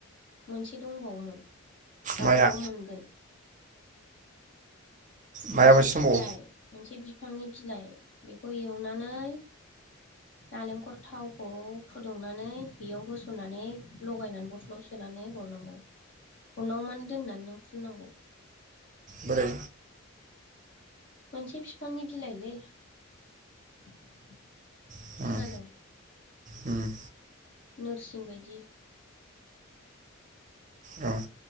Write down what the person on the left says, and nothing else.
मोनसे दंबावोमोन दा
अबाव मोनगोन
मोनसे बिलाइ
मोनसे बि फांनि बिलाइ बेखौ एवनानै नालेंखर थावखौ फुदुंनानै बेयाव होस'ननानै लगायनानै बथलाव सोनानै हरनांगौ उनाव मान दोननानै नों फुननांगौ।
मोनसे बिफांनि बिलाइलै खोनादों?
नोरसिं बायदि